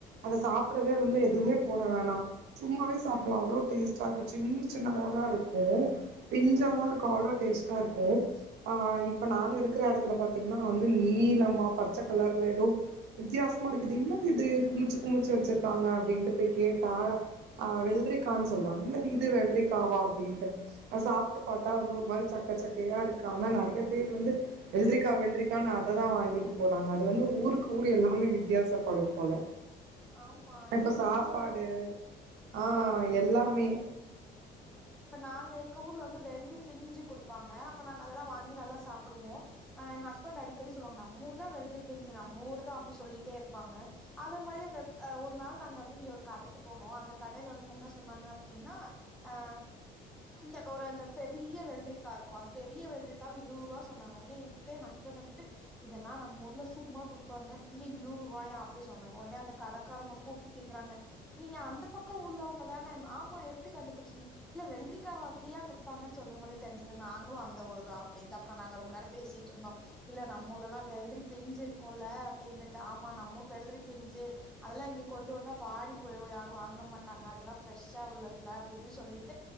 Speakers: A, on the right; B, in the centre.
A: அத சாப்டவே வந்து எதுவுமே போட வேணா சும்மாவே சாப்டலா அவ்ளோ டேஸ்ட்டா இருக்கு சின்ன சின்னதா தா தா இருக்கு பிஞ்சாதா தா இருக்கு அவ்ளோ டேஸ்ட்டா இருக்கு ஆ இப்ப நாங்க இருக்குற எடத்துல பாத் திங்கனா வந்து நீளமா பச்சை கலர்ல ஏதோ வித்தியாசமா இருக்குது என்னது இது குமிச்சு குமிச்சு வச்சிருக்காங்க அப்படின்ட்டு போய் கேட்டா ஆஹ் வெல்ட்ரிகானு சொல்வாங்க என்ன இது வெல்ட்ரிகாவா அப்டின்ட்டு சாப்புட்டு பாத்தா வந்து ஒரு மாரி சக்க சக்கையா இருக்கு ஆனா நறைய பேர் வந்து வெல்ட்ரிகாவ இருக்கானு அத தா வாங்கிட்டு போறாங்க அது வந்து ஊருக்கு ஊரு எல்லாமே வித்தியாசப்படு போல
B: ஆமா
A: இப்ப
B: ஏ
A: சாப்பாடு
B: நீங்க சொல்ற
A: ஆ எல்லாமே
B: இப்ப நாங்க எங்க ஊர்ல வந்து வெள்ட்ரி பிஞ்சு குடுப்பாங்க அப்ப நாங்க அதெல்லா வாங்கி நல்லா சாப்டுவோ அ எ ஹஸ்பண்ட் அடிக்கடி சொல்வாங்க நம்ம ஊர் தா வெள்ட்ரி பிஞ்சு நம்ம ஊரு தா அப்டி சொல்லிட்டே இருப்பாங்க அதே மாரி அந்த அ ஒரு நாள் நாங்க வந்து இங்க ஒரு கடைக்கு போனோ அந்த கடையில வந்து என்ன சொன்னாங்க அப்டின்னா அ இந்த ஒரு அந்த பெரிய வெல்ட்ரிக்கா இருக்கு அந்த பெரிய வெல்ட்ரிக்காவ இருவது ரூவா சொன்னாங்க உடனே என்கிட்ட எ ஹஸ்பண்ட் வந்துட்டு இதெல்லா நம்ம ஊர்ல சும்மா குடுப்பாங்க இங்க இருபது ரூவாயா அப்டினு சொன்னாங்க உடனே அந்த கடக்காரங்க கூப்ட்டு கேக்குறாங்க நீங்க அந்த பக்கோ ஊர்லவங்க தான ஆமா எப்டி கண்டுபிடிச்சுங்க இல்ல வெல்ட்ரிக்காவா ஃப்ரீயா கொடுப்பாங்கனு சொல்லு போதே தெரிஞ்சது தாங்களு அந்த ஊரு தா அப்டின்ட்டு அப்றோ நாங்க ரொம்ப நேரோ பேசிட்டு இருந்தோ இல்ல நம்ம ஊர்லெல்லா வெல்ட்ரி பிஞ்சு இருக்கும்ல அப்டினுட்டு ஆமா நம் ஊர் வெல்ட்ரி பிஞ்சு அதெல்லா இங்க கொண்டு வந்தா வாடி போயிடு யாரும் வாங்க மாட்டாங்க அதெல்லா ஃப்ரெஷ்ஷா உள்ளதுல அப்டிப்டினு சொல்லிட்டு